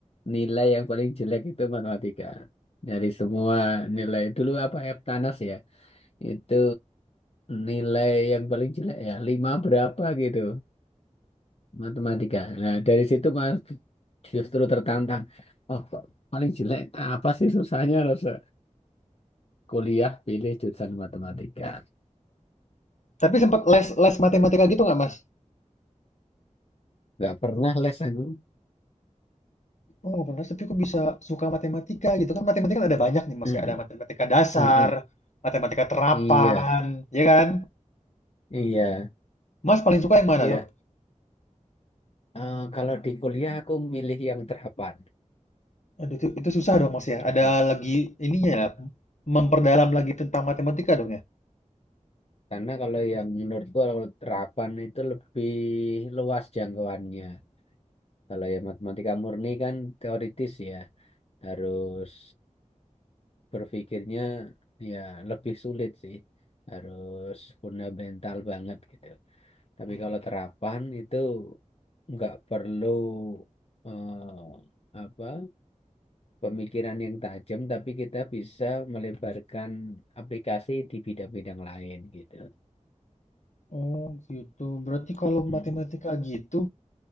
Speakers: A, on the left; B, on the left.
A: nilai yang paling jelek itu matematika. Dari semua nilai dulu apa Eptanas ya? Itu nilai yang paling jelek ya lima berapa gitu matematika. Nah, dari situ mas justru tertantang. Oh, kok paling jelek apa sih susahnya rasa kuliah pilih jurusan matematika.
B: Tapi sempat les les matematika gitu nggak, Mas?
A: Nggak pernah les aku.
B: Oh, benar, tapi kok bisa suka matematika gitu kan? Matematika kan ada banyak nih, Mas
A: Hmm,
B: ya. Ada matematika dasar,
A: hmm, hmm.
B: matematika terapan,
A: Iya,
B: ya kan?
A: iya.
B: Mas paling suka yang mana
A: Ya,
B: tuh?
A: eh, kalau di kuliah aku milih yang terapan.
B: Aduh, itu, itu susah dong, Mas ya.
A: Nah,
B: Ada lagi ininya ya, memperdalam lagi tentang matematika dong ya.
A: karena kalau yang menurutku kalau terapan itu lebih luas jangkauannya. Kalau yang matematika murni kan teoritis ya, harus berpikirnya ya lebih sulit sih. Harus fundamental banget gitu. Tapi kalau terapan itu nggak perlu eh, apa pemikiran yang tajam, tapi kita bisa melebarkan aplikasi di bidang-bidang lain gitu.
B: Oh, gitu. Berarti kalau
A: Hmm.
B: matematika gitu,